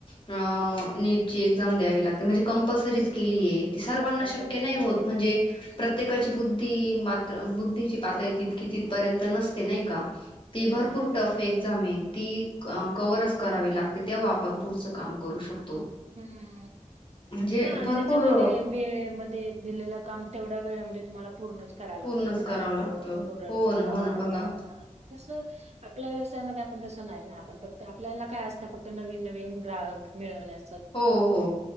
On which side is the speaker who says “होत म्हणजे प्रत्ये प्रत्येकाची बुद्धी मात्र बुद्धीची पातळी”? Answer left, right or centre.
Left